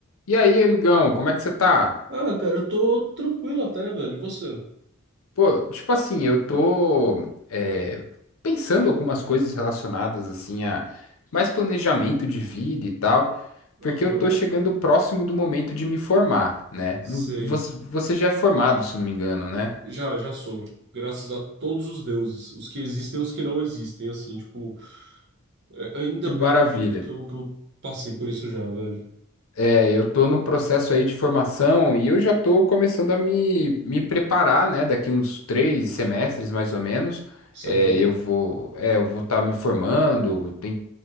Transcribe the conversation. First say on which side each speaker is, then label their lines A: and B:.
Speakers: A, on the left; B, on the right.
A: E aí, amigão, como é que você tá?
B: Ah, cara, eu tô tranquilo até, velho. E você?
A: Pô, tipo assim, eu tô é, pensando algumas coisas relacionadas assim a mais planejamento de vida e tal,
B: Aham,
A: porque eu tô chegando próximo do momento de me formar, né?
B: sei.
A: Não- Você você já é formado, se eu não me engano, né?
B: Já, já sou. Graças a todos os deuses, os que existem e os que não existem, assim, tipo, é, ainda
A: Que
B: bem
A: maravilha.
B: que eu, me, que eu, que eu passei por isso já, velho.
A: É, eu tô no processo aí de formação e eu já tô começando a me, me preparar, né? Daqui uns três semestres, mais ou menos,
B: Isso
A: é,
B: é bom.
A: eu vou, é, eu vou estar me formando, tem,